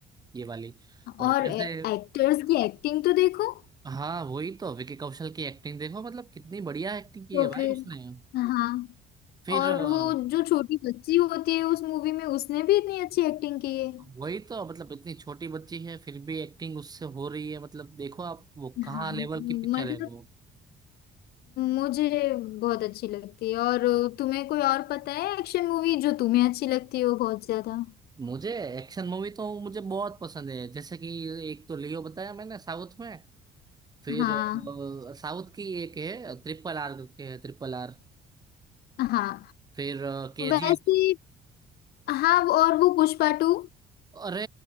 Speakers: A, on the right (about 25°); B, on the left (about 65°).
A: ये वाली और
B: और
A: कैसे
B: एक्टर्स की एक्टिंग तो देखो
A: हाँ वही तो विकी कौशल की एक्टिंग देखो मतलब कितनी बढ़िया एक्टिंग की
B: तो
A: है भाई
B: फिर
A: उसने
B: हाँ
A: फिर
B: और
A: अ,
B: वो जो छोटी बच्ची होती है उस मूवी में उसने भी इतनी अच्छी एक्टिंग की है
A: वही तो मतलब इतनी छोटी बच्ची है फिर भी एक्टिंग उससे हो रही है मतलब देखो आप वो कहाँ
B: हाँ
A: लेवल की पिक्चर
B: मतलब
A: है वो
B: मुझे बहुत अच्छी लगती है और तुम्हें कोई और पता है एक्शन मूवी जो तुम्हें अच्छी लगती हो बहुत ज्यादा
A: मुझे एक्शन मूवी तो मुझे बहुत पसंद है जैसे कि एक तो लियो बताया मैंने साउथ में फिर
B: हाँ
A: अ, साउथ की एक है ट्रिपल आर के है ट्रिपल आर
B: हाँ
A: फिर केजी
B: वैसे हाँ और वो पुष्पा टू
A: अरे